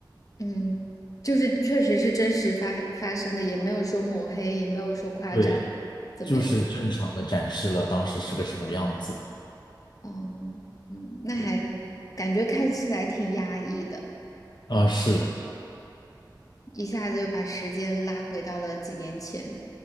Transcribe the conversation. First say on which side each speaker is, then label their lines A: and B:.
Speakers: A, on the left; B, on the left.
A: 嗯，就是确实是真实发发生的，也没有说抹黑，也没有说夸张，
B: 对，
A: 怎么样？
B: 就是正常的展示了当时是个什么样子，
A: 哦，嗯，那还
B: 对，
A: 感觉看起来挺压抑的，
B: 啊，是。
A: 一下子又把时间拉回到了几年前。